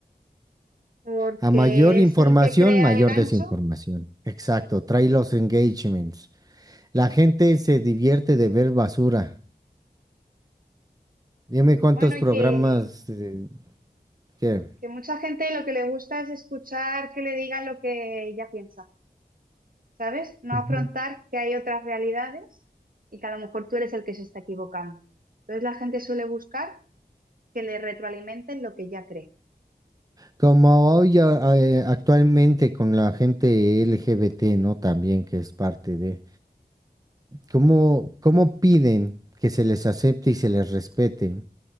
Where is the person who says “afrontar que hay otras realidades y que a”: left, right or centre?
Right